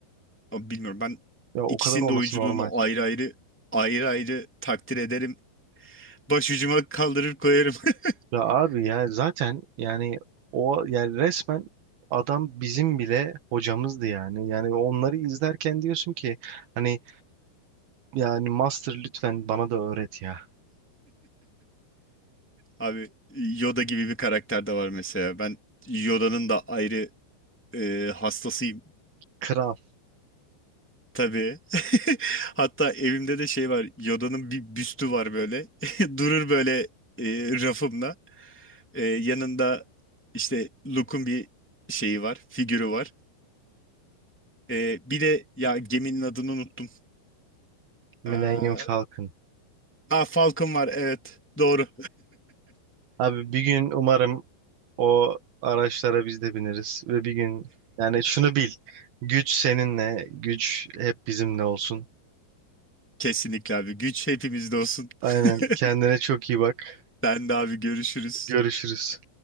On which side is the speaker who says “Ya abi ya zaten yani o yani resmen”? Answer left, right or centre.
Right